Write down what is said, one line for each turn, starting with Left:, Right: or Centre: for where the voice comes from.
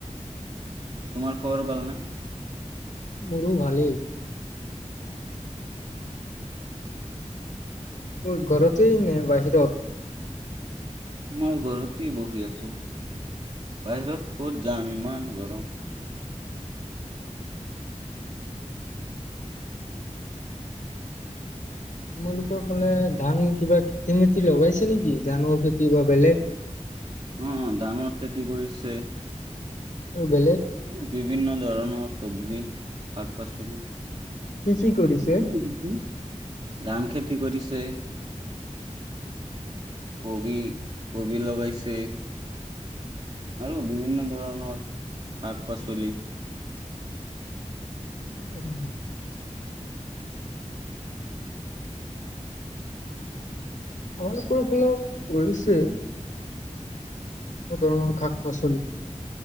Right: তোমাৰ খবৰ বাল নে <inaudible>
Left: মোৰো ভালেই কত ঘৰতেই নে বাহিৰত
Right: মই ঘৰতেই বহি আছো বাহিৰত ক'ত যাম ইমান গৰম
Left: তোমালোকৰ ফালে ধান কিবা খেতি মেতি লগাইছে নেকি ধানৰ খেতি বা বেলেগ
Right: অহ ধানৰ খেতি কৰিছে
Left: আৰু বেলেগ
Right: আৰু বিভিন্ন ধৰণৰ চব্জি শাক পাচলি
Left: কি কৰিছে?
Right: কি কি কৰিছে ধান খেতি খেতি কৰিছে কবি কবি লগাইছে আৰু বিভিন্ন ধৰণৰ শাক পাচলি
Left: উম আমালোকৰ ফালেও কৰিছে ধৰণৰ শাক পাচলি।